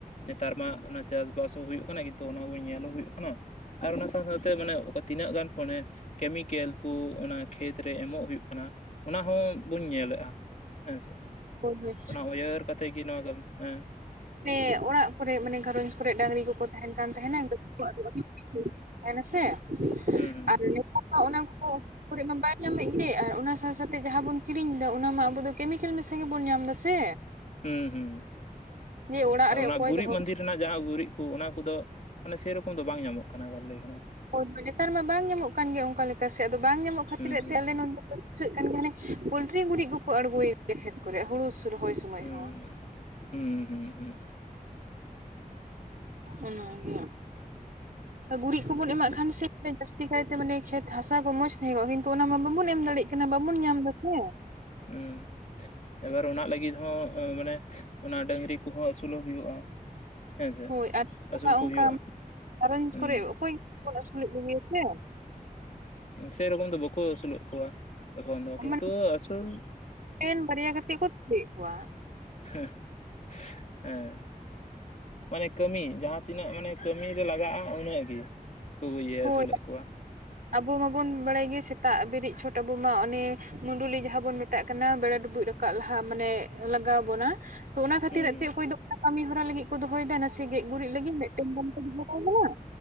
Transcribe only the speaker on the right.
ᱦᱳᱭ ᱦᱳᱭ
ᱥᱮ ᱚᱲᱟᱜ ᱠᱚᱨᱮᱜ ᱢᱟᱱᱮ ᱜᱷᱟᱨᱟᱹᱧ ᱠᱚᱨᱮ ᱰᱟᱝᱨᱤ ᱠᱚ ᱠᱚ ᱛᱟᱦᱮᱱ ᱠᱟᱱ ᱛᱟᱦᱮᱱᱟ <unintelligible> ᱛᱟᱦᱮᱱᱟ ᱥᱮ <unintelligible>
ᱚᱱᱟ ᱠᱚ ᱠᱚᱨᱮ ᱢᱟ ᱵᱟᱭ ᱧᱟᱢᱮᱜ ᱜᱮ ᱟᱨ ᱚᱱᱟ ᱥᱟᱶ ᱥᱟᱶᱛᱮ ᱡᱟᱦᱟᱸ ᱵᱚᱱ ᱠᱤᱨᱤᱧ ᱫᱟ ᱚᱱᱟ ᱢᱟ ᱟᱵᱚ ᱫᱚ ᱠᱮᱢᱤᱠᱮᱞ ᱢᱮᱥᱟ ᱜᱮ ᱵᱚᱱ ᱧᱟᱢ ᱫᱟ ᱥᱮ᱾
ᱡᱮ ᱚᱲᱟᱜ
ᱨᱮ
ᱚᱠᱚᱭ
ᱫᱚᱦᱚ
ᱦᱳᱭ ᱱᱮᱛᱟᱨ ᱢᱟ ᱵᱟᱝ ᱧᱟᱢᱚᱜ ᱠᱟᱱ ᱜᱮᱭᱟ ᱚᱱᱠᱟ ᱞᱮᱠᱟ ᱥᱮᱫ ᱫᱚ ᱵᱟᱝ ᱧᱟᱢᱚᱜ ᱠᱷᱟᱹᱛᱤᱨ
ᱛᱮ ᱟᱞᱮ ᱱᱚᱸᱰᱮ ᱫᱚ ᱵᱩᱡᱷᱟᱹᱣ ᱠᱟᱱ ᱜᱮᱭᱟ ᱦᱟᱱᱮ ᱯᱳᱞᱴᱤᱨᱤ ᱜᱩᱨᱤᱜ ᱠᱚᱠᱚ ᱟᱲᱜᱳᱭ ᱜᱮ ᱠᱷᱮᱛ ᱠᱚᱨᱮ ᱦᱳᱲᱳ ᱨᱚᱦᱚᱭ ᱥᱚᱢᱚᱭ
ᱦᱚᱸ
ᱚᱱᱟᱜᱮ ᱜᱩᱨᱤᱡᱽ ᱠᱚᱵᱚᱱ
ᱮᱢᱟᱜ ᱠᱷᱟᱱ ᱥᱮ ᱡᱟᱹᱥᱛᱤ ᱠᱟᱭᱛᱮ ᱢᱟᱱᱮ ᱠᱷᱮᱛ ᱦᱟᱥᱟ ᱠᱚ ᱢᱚᱸᱡᱽ ᱛᱟᱦᱮᱸ ᱠᱚᱜᱼᱟ ᱠᱤᱱᱛᱩ ᱚᱱᱟ ᱢᱟ ᱵᱟᱵᱚᱱ ᱮᱢ ᱫᱟᱲᱮᱭᱟᱜ ᱠᱟᱱᱟ ᱵᱟᱵᱚᱱ ᱧᱟᱢ ᱮᱫᱟ ᱥᱮ
ᱦᱳᱭ ᱟᱨ
ᱚᱱᱠᱟ
ᱜᱷᱟᱨᱚᱸᱡᱽ
ᱠᱚᱨᱮ ᱚᱠᱚᱭ <unintelligible>
ᱢᱟᱱᱮ
ᱴᱮᱱ ᱵᱟᱨᱭᱟ ᱠᱟᱛᱮᱫ ᱠᱚ ᱛᱩᱫᱮᱫ ᱠᱚᱣᱟ
ᱦᱳᱭ
ᱟᱵᱚ ᱢᱟᱵᱚᱱ ᱵᱟᱲᱟᱭ ᱜᱮ ᱥᱮᱛᱟᱜ ᱵᱮᱨᱤᱫ ᱪᱷᱚᱴ ᱟᱵᱚ ᱢᱟ ᱚᱱᱮ ᱢᱩᱰᱩᱞᱤ ᱡᱟᱦᱟᱸ ᱵᱚᱱ ᱢᱮ ᱢᱮᱛᱟᱜ ᱠᱟᱱᱟ ᱵᱮᱲᱟ ᱰᱩᱵᱩᱡ ᱨᱟᱠᱟᱵ ᱞᱟᱦᱟᱜ ᱢᱟᱱᱮ ᱞᱟᱜᱟᱣ ᱵᱚᱱᱟ ᱛᱚ ᱚᱱᱟ ᱠᱷᱟᱹᱛᱤᱨ
ᱛᱮ ᱚᱠᱚᱭ ᱫᱚ ᱠᱟᱹᱢᱤ ᱦᱚᱨᱟ ᱞᱟᱹᱜᱤᱫ ᱠᱚ ᱫᱚᱦᱚᱭᱫᱟ ᱱᱟᱥᱮ ᱜᱮᱡ ᱜᱩᱨᱤᱡᱽ ᱞᱟᱹᱜᱤᱫ ᱢᱤᱫᱴᱮᱱ ᱜᱟᱱ ᱠᱚ ᱫᱚᱦᱚ ᱠᱟᱭ ᱠᱟᱱᱟ